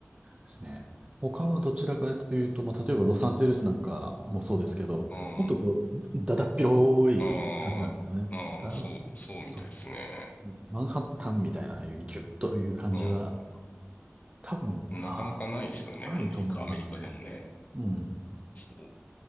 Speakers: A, on the right (about 25°); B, on the left (about 30°).
A: すね。他はどちらかというと、
B: う
A: まあ、例えばロサンゼルスなんかもそうですけど、
B: ん。あ
A: もっとこう、だだっ広い感じなんですよね。
B: あ、ああ、
A: あ、
B: そう、そうみたいですね。
A: そう。うんマンハッタンみたいな、ああいうギュッという感じは、
B: う
A: 多分、
B: ん。なかなかないですよね、
A: あ、ないと思いますね。
B: アメリカ。アメリカでもね。
A: うん。
B: そう